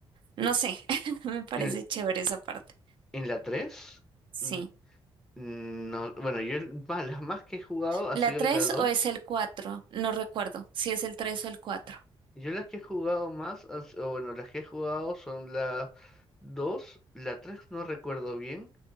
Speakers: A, on the right; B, in the centre.
A: No sé, <laughs> me parece
B: ¿En, el-
A: chévere esa parte.
B: en la 3?
A: Sí.
B: Mm, No, bueno, yo el- más, las más que he jugado ha
A: ¿La
B: sido
A: 3
B: la 2.
A: o es el cuatro, No recuerdo si es el 3 o el cuatro,
B: Yo las que he jugado más, han s- o bueno, las que he jugado son la 2, la 3 no recuerdo bien,